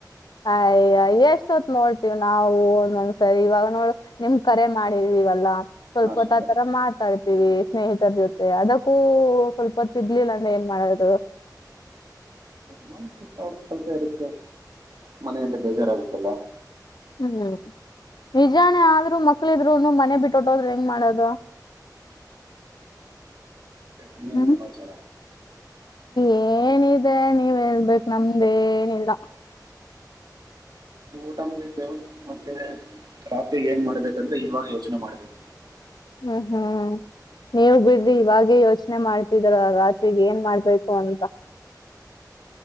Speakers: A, on the left; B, on the right.
A: ಅಯ ಎಷ್ಟ ಹೊತ್ ನೋಡ್ತೀವ್ ನಾವು ಒಂದೊಂದ್ಸರಿ ಇವಾಗ ನೋಡ್ ನಿಮ್ ಕರೆ ಮಾಡಿದೀವಲ್ಲಾ ಸ್ವಲ್ಪ
B: ಅಷ್ಟೇ
A: ಹೊತ್ ಆ ತರ ಮಾಡ ತಾಡ್ತೀವಿ ಸ್ನೇಹಿತರ ಜೊತೆ ಅದಕ್ಕೂ ಸ್ವಲ್ಪ ತಿರ್ಲಿಲ್ಲ ಅಂದ್ರೆ ಏನ್ ಮಾಡೋದು
B: ನಮ ಅವ್ರ ಕೆಲ್ಸ ಇರುತ್ತೆ ಮನೆಯಲ್ಲ ಬೇಜಾರಾಗುತ್ತಲ್ಲ,
A: ಹ್ಮ್ ನಿಜಾನೇ, ಆದ್ರು ಮಕ್ಳ ಇದ್ರುನು ಮನೆ ಬಿಟ್ಟುಟ್ಟೋದ್ರು ಹೆಂಗ್ ಮಾಡದು
B: ಇನ್ನೇನು
A: ಹ್ಮ್
B: ಸಮಾಚಾರ
A: ಏನಿದೆ, ನೀವ್ ಹಳ್ಬೇಕು ನಮ್ದೇನಿಲ್ಲ
B: ಊಟ ಮುಗಿತೇವೆ ಮತ್ತೆ ರಾತ್ರಿ ಏನ್ ಮಾಡ್ಬೇಕಂತ ಇವಾಗ ಯೋಚನೆ ಮಾಡ್ಬೇಕು?
A: ಹ್ಮ್ ಹ್ಮ್್ಮ ನೀವ್ ಬಿಡ್ರಿ ಇವಾಗೇ ಯೋಚನೆ ಮಾಡ್ತಿದರ ರಾತ್ರಿಗ್ ಏನ್ ಮಾಡ್ಬೇಕು ಅಂತ